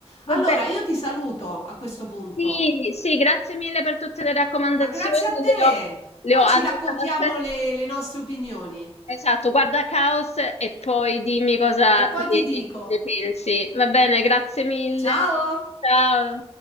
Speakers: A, on the left; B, on the left.
A: Allora,
B: va bene.
A: io ti saluto a questo punto,
B: Sì, sì, grazie mille per tutte le raccomandazioni,
A: ma grazie a te.
B: le ho le
A: Poi
B: ho annotate.
A: ci raccontiamo le le nostre opinioni
B: Esatto, guarda Caos e poi dimmi cosa
A: e poi ti
B: ne,
A: dico.
B: ne pensi. Va bene, grazie mille.
A: Ciao!
B: Ciao.